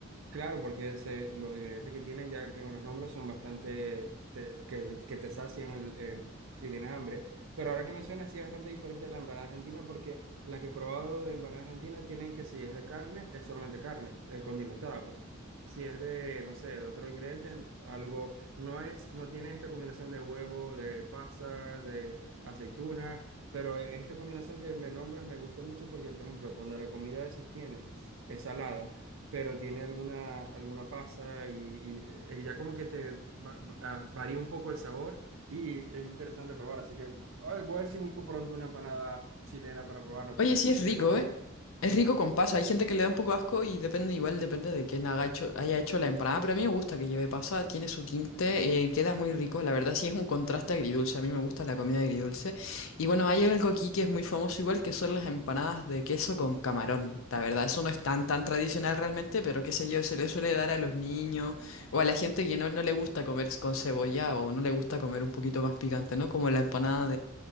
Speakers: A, on the right; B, on the left.
A: Claro, porque se- los ingredientes que tienen, ya que me los nombro, son bastante te- que, que te sacian el, eh, si tienes hambre. Pero ahora que mencionas, sí es bastante diferente de la empanada argentina, porque la que he probado de empanada argentina tienen que si es de carne, es solamente carne, eh, condimentada, pues. Si es de, no sé, de otro ingrediente, es algo, no es, no tiene esta combinación de huevo, de pasa, de aceituna, pero esta combinación que me nombras me gusta mucho porque, por ejemplo, cuando la comida a veces tiene, es salada pero tiene alguna, alguna pasa y, y, eh, eh, ya como que te va- va- ah, varía un poco el sabor y es interesante probar. Así que a ver, voy a ver si busco pronto una empanada chilena para probarla porque
B: Oye, sí es
A: sé
B: rico,
A: que son famosos.
B: ¿eh? Es rico con pasa. Hay gente que le da un poco de asco y depende, igual depende de quién haga hecho, haya hecho la empanada, pero a mí me gusta que lleve pasa, tiene su tinte, eh, queda muy rico. La verdad sí es un contraste agridulce. A mí me gusta la comida agridulce. Y bueno, hay algo aquí que es muy famoso, igual que son las empanadas de queso con camarón. La verdad, eso no es tan tan
A: Mm,
B: tradicional realmente, pero qué sé yo, se le suele dar a los niños o a la gente que no, no le gusta comer con cebolla o no le gusta comer un poquito más picante, ¿no? Como la empanada